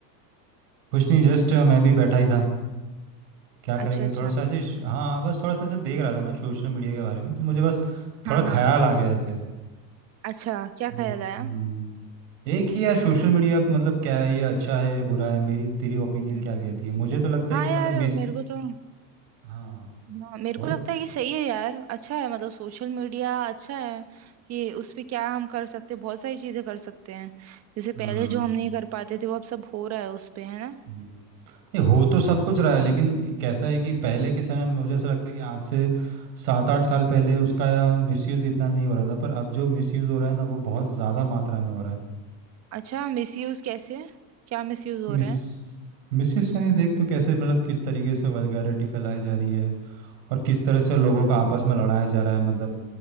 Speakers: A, on the right; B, on the right.
A: कुछ नहीं जस्ट मैं भी बैठा ही था क्या करेंगे
B: अच्छा अच्छा
A: थोड़ा सा ऐसे श- हाँ बस थोड़ा सा ऐसे देख रहा था मैं सोशल मीडिया के बारे में तो मुझे बस
B: हाँ
A: थोड़ा
B: हाँ
A: ख्याल आ गया ऐसे
B: अच्छा क्या
A: तो
B: ख्याल
A: हम्म
B: आया
A: एक ही यार सोशल मीडिया मतलब क्या है ये अच्छा है बुरा है मेरी तेरी ओपिनियन
B: हम्म,
A: क्या कहती है मुझे तो लगता
B: हाँ
A: है कि
B: यार
A: मतलब मिस
B: मेरे को तो
A: हाँ
B: हाँ, मेरे
A: बोल
B: को लगता है कि सही है यार अच्छा है मतलब सोशल मीडिया अच्छा है कि उस पे क्या हम कर सकते हैं बहुत सारी चीजें कर सकते हैं जैसे
A: हम्म
B: पहले जो हम नहीं कर पाते थे वो अब सब हो रहा है उस पे है ना
A: हम्म। नहीं हो तो सब कुछ रहा है लेकिन कैसा है कि पहले के समय में मुझे ऐसा लगता है कि आज से सात आठ साल पहले उसका मिसयूज़ इतना नहीं हो रहा था पर अब जो मिसयूज़ हो रहा है ना वो बहुत ज़्यादा मात्रा में हो रहा है
B: अच्छा मिसयूज कैसे क्या मिसयूज हो
A: मिस
B: रहा है
A: मिसयूज़ यानी देख तो कैसे मतलब किस तरीके से वल्गैरिटी फैलाई जा रही है और किस तरह से लोगों का आपस में लड़ाया जा रहा है मतलब